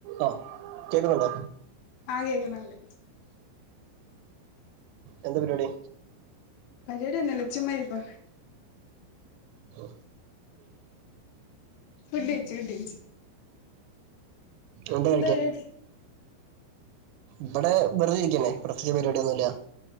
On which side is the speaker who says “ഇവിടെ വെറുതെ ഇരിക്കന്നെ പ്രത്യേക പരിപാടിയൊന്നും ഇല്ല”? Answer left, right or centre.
Right